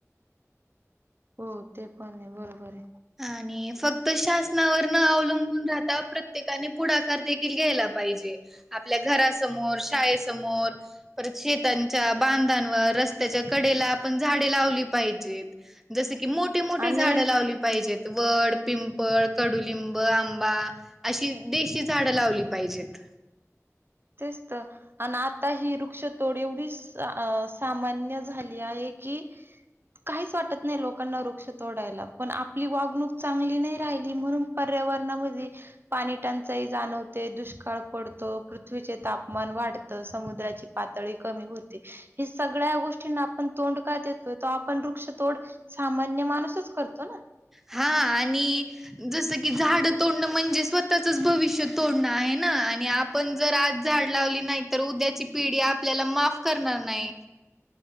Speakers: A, on the right; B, in the centre.
A: हो ते पण हाय बरोबर हाय.
B: आणि फक्त शासनावर न अवलंबून राहता प्रत्येकाने पुढाकार दे खील घ्यायला पाहिजे. आपल्या घरासमोर शाळेसमोर परत शेतांच्या बांधान वर रस्त्याच्या कडेला आपण झाडे लावली पाहिजेत. जसं की मोठी मोठी
A: आणि
B: झाडं लावली पाहिजेत वड, पिंपळ, कडुलिंब, आंबा अशी देशी झाड लावली पाहिजेत.
A: तेच तर आणि आता ही वृक्षतोड एवढीसं सामान्य झाली आहे कि काहीच वाटत नाइ लोकांना वृक्ष तोडायला पण आपली वागणूक चांगली नाइ राहिली म्हणून पर्यावरणामध्ये पाणी टंचाई जाणवते दुष्काळ पडतो पृ पृथ्वीचे तापमान वाढतं समुद्राची पातळी कमी होते हे सगळ्या गोष्टींना आपण तोंड का देतोय तो आपण वृक्ष तोड सामान्य माणूसच करतो ना.
B: हा आणि जसं की झाड तोडणं म्हणजे स्वतःचचं भविष्य तोडणं आहे ना आणि आपण जर आज झाड लावली नाइ तर उद्याची पिढी आपल्याला माफ करणार नाइ.